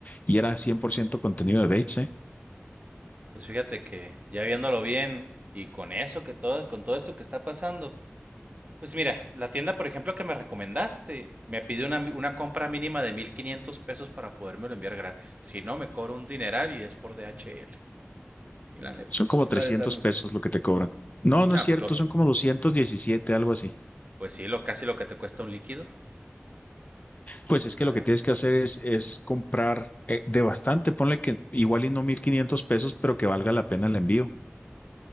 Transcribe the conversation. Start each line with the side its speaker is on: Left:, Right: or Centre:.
Left: y era 100% contenido de vapes, ¿eh?
Right: Pues fíjate que ya viéndolo bien y con eso que todo, con todo esto que está pasando, pues mira, la tienda por ejemplo que me recomendaste me pide una, una compra mínima de 1500 pesos para podérmelo enviar gratis. Si no, me cobro un dineral y es por DHL. Y la neta,
Left: Son como
Right: la
Left: 300
Right: neta no.
Left: pesos lo que te cobran. No, no
Right: No,
Left: es cierto,
Right: pues lo,
Left: son como 217, algo así.
Right: pues sí, lo casi lo que te cuesta un líquido.
Left: Pues
Right: O
Left: es
Right: sea,
Left: que lo que tienes que hacer es, es comprar eh, de bastante, ponle que igual y no 1500 pesos, pero que valga la pena el envío.